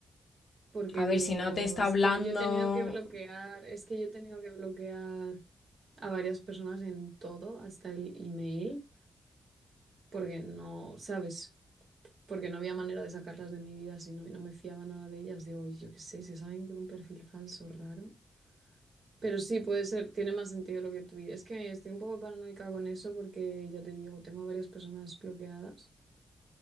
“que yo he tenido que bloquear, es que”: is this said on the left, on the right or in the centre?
Right